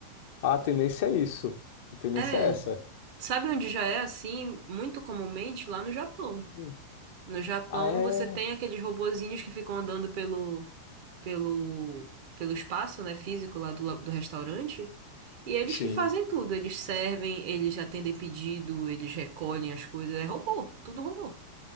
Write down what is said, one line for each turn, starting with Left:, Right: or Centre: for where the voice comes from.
Left: a tendência é isso. A tendência
Right: É,
Left: é essa.
Right: sabe onde já é assim, muito comumente? Lá no Japão.
Left: Hum.
Right: No Japão,
Left: Ah, é?
Right: você tem aqueles robozinhos que ficam andando pelo, pelo, pelo espaço, né, físico lá do, la- do restaurante. E eles
Left: Sim.
Right: que fazem tudo. Eles servem, eles atendem pedido, eles recolhem as coisas. É robô, tudo robô.